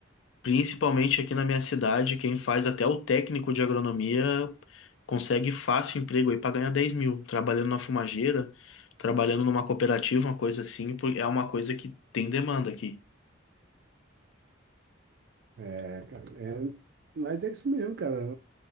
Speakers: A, on the left (about 75°); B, on the right (about 55°).
A: Principalmente aqui na minha cidade, quem faz até o técnico de agronomia consegue fácil emprego aí para ganhar 10 mil, trabalhando na fumageira, trabalhando numa cooperativa, uma coisa assim, porque é uma coisa que tem demanda aqui.
B: É, cara, é- mas é isso mesmo, cara.